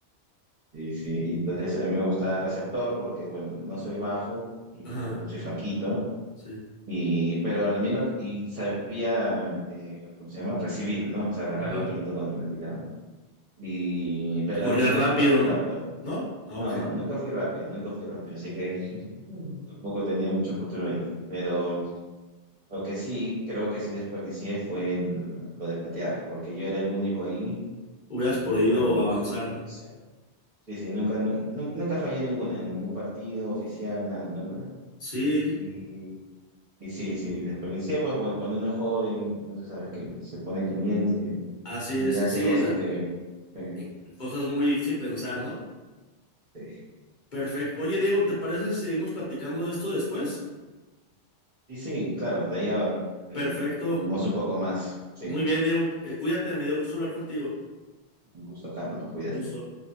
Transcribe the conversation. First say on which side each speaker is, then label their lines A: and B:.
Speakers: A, on the right (about 40°); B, on the left (about 45°).
A: sí, sí, y entonces a mí me gustaba receptor porque, bueno, no soy bajo y
B: Ajá.
A: tampoco soy flaquito,
B: sí.
A: y, pero a mí lo que- y sabía, eh, ¿cómo se llama? Recibir, ¿no? O sea, agarrar
B: Ujú.
A: la pelota cuando me la tiraban. Y, pero
B: Y corría
A: a mí,
B: rápido,
A: yo nunca fui
B: ¿no?
A: rápido.
B: ¿No? Ah,
A: No,
B: ok.
A: no, nunca fui rápido, nunca fui rápido, así que Mm. tampoco tenía mucho futuro ahí. Pero Lo que sí, creo que sí desperdicié fue el- lo de patear, porque yo era el único ahí
B: Hubieras
A: y
B: podido
A: bueno, o
B: avanzar, ¿no?
A: sea, sí, sí, nunca, nu- nu- nunca fallé ninguna, en ningún partido oficial, nada, nunca.
B: Sí,
A: Y, y sí, sí, desperdicié, pues bueno, cuando uno es joven, no sé, sabes que se pone caliente se-
B: así es.
A: y hace
B: Sí,
A: cosas que... sí,
B: eh, cosas muy sin pensar, ¿no?
A: sí.
B: Perfecto. Oye, Diego, ¿te parece si seguimos platicando de esto después?
A: Y sí, claro, de ahí ya eh,
B: Perfecto.
A: hablamos un poco más. Sí,
B: Muy bien, Diego. Eh, Cuídate, me dio gusto hablar contigo.
A: un gusto, Carlos, cuídate.
B: Gusto.